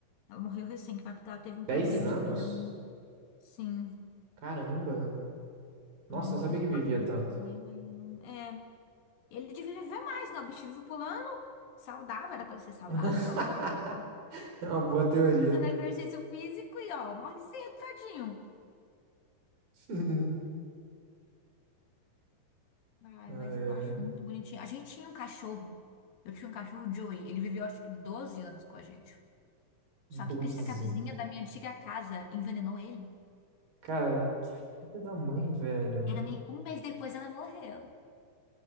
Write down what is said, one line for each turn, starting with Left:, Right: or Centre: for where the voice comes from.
Left: Ela morreu recente, mas porque ela teve um probleminha,
Right: Dez anos?
Left: minha irmã. Sim,
Right: Caramba. Nossa,
Left: ela morreu
Right: não sabia que
Left: por
Right: vivia
Left: causa de um
Right: tanto.
Left: problema e não. É. Ele devia viver mais, não. O bicho vive pulando, saudável, era pra ele ser saudável,
Right: <laughs>
Left: né?
Right: É uma boa teoria.
Left: Fazendo exercício físico e, ó, morre cedo, tadinho.
Right: <laughs>
Left: Ai,
Right: Ai,
Left: mas eu
Right: ai.
Left: acho muito bonitinho. A gente tinha um cachorro. Eu tinha um cachorro, o Joey. Ele viveu acho que 12 anos com a gente. Só
Right: Doze.
Left: que acredita que a vizinha da minha antiga casa envenenou ele?
Right: Cara, que filha da mãe, velho.
Left: Era me- um mês depois ela morreu.